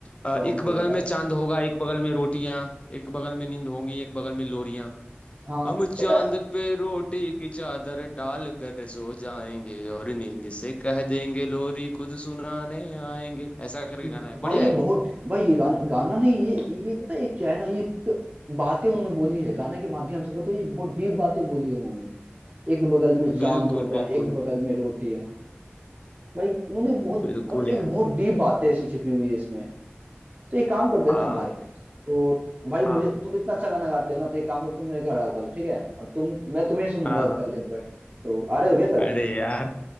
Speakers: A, on the left; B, on the right.
A: अ,
B: कौन
A: एक बगल
B: सा बताओ
A: में चांद होगा एक बगल में रोटियां एक बगल में नींद होंगी एक बगल में लोरियां
B: हाँ
A: हम चांद
B: पता है
A: पे रोटी की चादर डाल कर सो जाएंगे और नींद से कह देंगे लोरी खुद सुनाने आएंगे ऐसा करके
B: भाई
A: गाना है बढ़िया
B: ये
A: है
B: बहुत भाई ये गाना गाना नहीं ये ये पता है ये क्या है ना ये एक बातें उन्होंने बोली है गाने के माध्यम से पता है ये बहुत डीप बातें बोली है उन्होंने एक बगल में चांद
A: बिल्कुल
B: होगा
A: बिल्कुल
B: एक बगल में रोटियां भाई उन्होंने बहुत
A: बिल्कुल
B: मतलब एक
A: यार
B: बहुत डीप बात है इसे छिपी हुई है इसमें तो एक काम करते हैं
A: हाँ
B: ना भाई तो भाई
A: हाँ
B: मुझे तुम इतना अच्छा गाना गाते हो ना तो एक काम करो तुम मेरे घर आओ कल ठीक है और तुम मैं तुम्हें सुनूंगा
A: हाँ हाँ
B: कल दिन भर तो आ रहे हो क्या कल
A: अरे यार